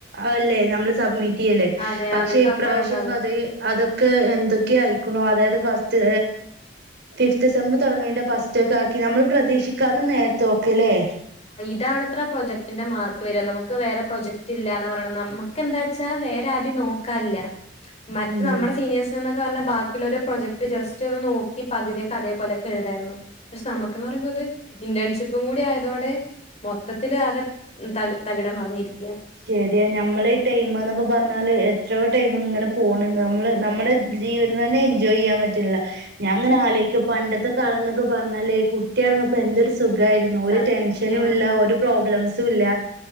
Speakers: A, on the right; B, on the left.
A: അല്ലേ നമ്മള് സബ്മിറ്റ് കിട്ടിയല്ലെ
B: അതെ
A: പക്ഷെ
B: അവർക്ക്
A: ഇപ്രാവശ്യൊക്കെ
B: അപ്പഴ ഉണ്ടാവുക
A: അതെ അതൊക്കെ എന്തൊക്കെ അയക്കണോ അതായത് ഫസ്റ്റ് ഫിഫ്ത്ത് സേം തുടങ്ങിയെന്റെ ഫസ്റ്റൊക്കെ ആക്കി നമ്മൾ പ്രതീക്ഷിക്കാത്ത നേരത്തൊ <unintelligible>
B: ഇതാണ് ഇത്ര പ്രൊജക്ടിന്റെ മാർക്ക് വര നമുക്ക് വേറെ പ്രൊജക്ട് ഇല്ലന്ന് പറയ നമുക്ക് എന്താച്ചാ വേറെ ആര്ട്യും നോക്കാല്ല്യാ മറ്റ
A: ഉം
B: നമ്മുടെ സീനിയേഴ്സിന്ന്ന പറഞ്ഞ ബാക്കിയുള്ള ഒരു പ്രൊജക്ട് ജസ് ഒന്ന് നോക്കി പകുയൊക്കെതേപോലൊക്കെ എഴുതായിരുന്നു പക്ഷെ നമുക്കന്ന് പറയ്മ്പോ ഇത് ഇന്റേൺഷിപ്പും കൂടി ആയി <unintelligible> മൊത്തത്തിലാകെ തകിടം മറിഞ്ഞരിക്ക
A: ശരിയ ഞമ്മള് ഈ ടൈമ്ന്നൊക്കെ പറഞ്ഞാല് <unintelligible> ടൈമ് ഇങ്ങനെ പോണ് നമ്മള് നമ്മുടെ ജീവിതം തന്നെ എൻജോയ് ചെയ്യാൻ പറ്റണില്ല ഞാൻ ഇങ്ങനെ ആലോചിക്ക പണ്ടത്തെ കാലം എന്നൊക്കെ പറഞ്ഞാലേ കുട്ടിയാര്ന്നപ്പോ <unintelligible> സുഖയിരുന്നു ഒരു
B: സത്യം
A: ടെൻഷനും ഇല്ല ഒരു പ്രോബ്ലം <unintelligible>